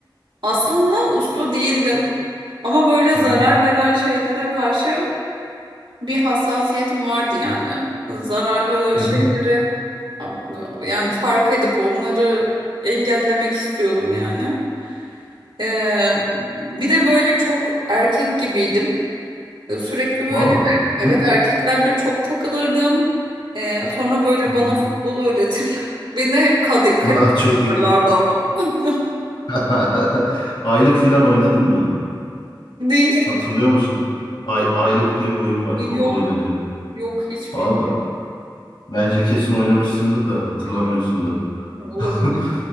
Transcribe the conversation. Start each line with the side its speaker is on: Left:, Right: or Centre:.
Right: aslında uslu değildim ama böyle
Left: Hı
Right: zarar
Left: hı.
Right: veren şeylere karşı bir hassasiyetim vardı yani. Zararlı
Left: Hı
Right: şeyleri
Left: hı.
Right: yani fark edip onları engellemek istiyordum yani. Ee, bir de böyle çok erkek gibiydim. Ee, Sürekli böyle
Left: Valla.
Right: evet
Left: Hı
Right: erkeklerle çok takılırdım. Ee, sonra böyle
Left: hı.
Right: bana futbol öğretirler. <laughs> Beni hep kale, kale
Left: Aa, çok
Right: yaparlardı
Left: iyi.
Right: ama. <laughs>
Left: <laughs> Aylık filan oynadın mı?
Right: Değil.
Left: Hatırlıyor musun? Ay, Aylık diye bir oyun var.
Right: Yok
Left: Topla oynanıyor.
Right: yok hiç
Left: Valla.
Right: bilmiyorum.
Left: Bence kesin oynamışsındır da hatırlamıyorsundur.
Right: Olabilir.
Left: <laughs>